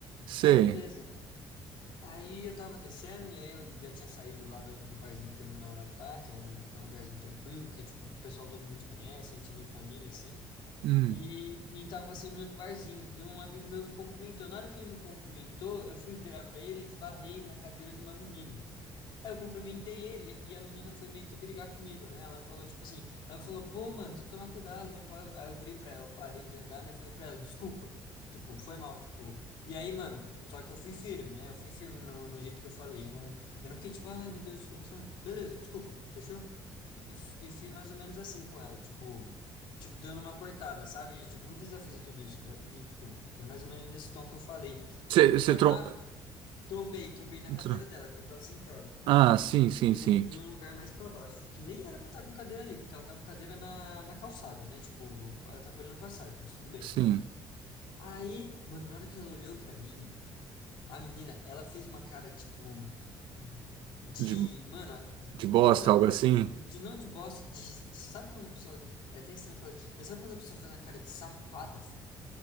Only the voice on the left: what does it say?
Aí beleza. Aí eu tava descendo e aí eu já tinha saído lá do, do barzinho que eu e meu namorado tá, que é um, que é um lugarzinho tranquilo, que é tipo, o pessoal todo mundo se conhece, a gente é meio família assim.
E, e tava passando em outro barzinho, e um amigo meu me cumprimentou. Na hora que ele me cumprimentou, eu fui virar para ele e esbarrei na cadeira de uma menina. Aí eu cumprimentei ele e a menina foi meio que brigar comigo, né? Ela falou, tipo assim, ela falou, pô, mano, tem que tomar cuidado, papai. Aí eu virei pra ela, eu parei de andar, né? Falei pra ela, desculpa. Tipo, foi mal, tipo. E aí, mano, só que eu fui firme, né? Eu fui firme no, no jeito que eu falei. Eu não, eu não fiquei tipo, ai, meu Deus, desculpa. eu sou um- Beleza, desculpa, fechou? E, f- e fiz mais ou menos assim com ela, tipo, tipo, dando uma cortada, sabe? De, tipo, não precisa fazer tudo isso, eu já pedi desculpa. Foi mais ou menos nesse tom que eu falei.
Só
que na, trombei, trombei na cadeira
dela, que ela tava sentada
em
um, em um lugar mais pra baixo, que nem era pra estar com cadeira ali, porque ela tava com cadeira na, na calçada, né? Tipo, atrapalhando a passagem, mas tudo bem.
Aí, mano, na hora que ela olhou pra mim, a menina, ela fez uma cara, tipo, de,
mano,
não,
de não de bosta, de, sabe quando a pessoa, é até estranho falar isso, mas sabe quando a pessoa faz uma cara de safada, filho?